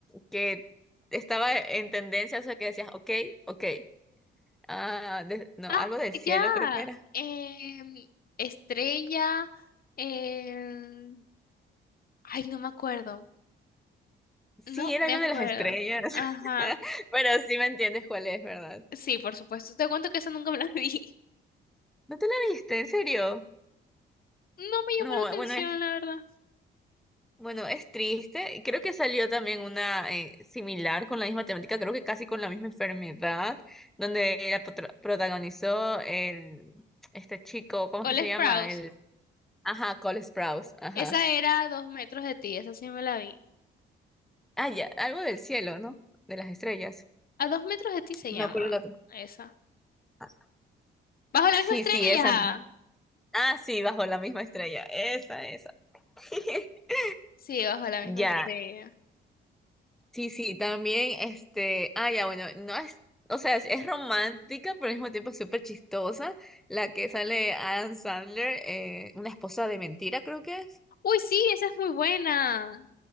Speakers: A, in the centre; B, on the left.
A: que estaba en tendencia, o sea, que decías, ok, ok. Ah, de- no,
B: Ah,
A: algo del cielo
B: ya.
A: creo que era.
B: em, estrella. em, ay, no me acuerdo.
A: Sí,
B: No
A: era
B: me
A: algo
B: acuerdo.
A: de las estrellas. <laughs>
B: Ajá.
A: Pero sí me entiendes cuál es, ¿verdad?
B: Sí, por supuesto. Te cuento que esa nunca me la vi. <laughs>
A: ¿No te la viste? ¿En serio?
B: No me llamó
A: No,
B: la atención,
A: bueno,
B: la verdad.
A: Bueno, es triste. y Creo que salió también una eh, similar con la misma temática, creo que casi con la misma enfermedad, donde la potro- protagonizó el este chico, ¿cómo
B: Cole
A: es que se llama?
B: Sprouse.
A: El, ajá, Cole Sprouse, ajá.
B: Esa era a dos metros de ti, esa sí me la vi.
A: Ah, ya, algo del cielo, ¿no? De las estrellas.
B: A dos metros de ti se
A: No
B: llama
A: me acuerdo el otro.
B: esa.
A: Ah,
B: Bajo la
A: Sí,
B: misma estrella.
A: sí, esa misma. Ah, sí, bajo la misma estrella. Esa, esa. <laughs>
B: Sí, bajo la
A: Ya.
B: misma estrella.
A: Sí, sí, también, este, ah, ya, bueno, no es, o sea, es, es romántica, pero al mismo tiempo es súper chistosa, la que sale de Adam Sandler, eh, una esposa de mentira, creo que es.
B: Uy, sí, esa es muy buena.